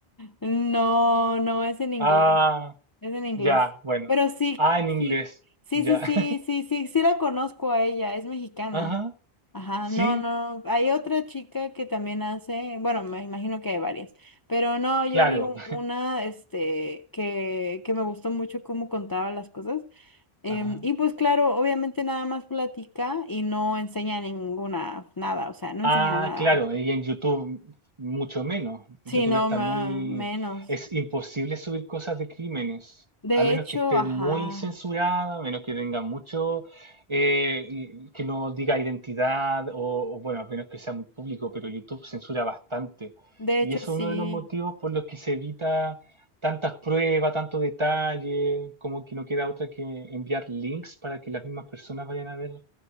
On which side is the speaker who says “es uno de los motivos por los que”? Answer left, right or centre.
Right